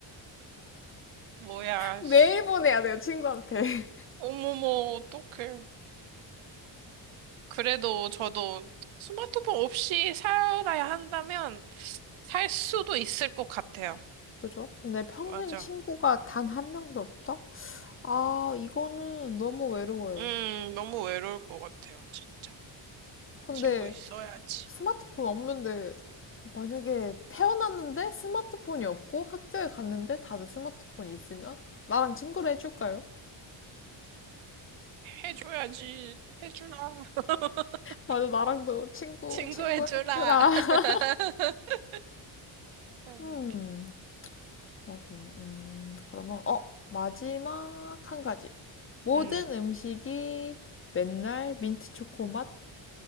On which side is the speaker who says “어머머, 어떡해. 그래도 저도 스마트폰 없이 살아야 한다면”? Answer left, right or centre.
Right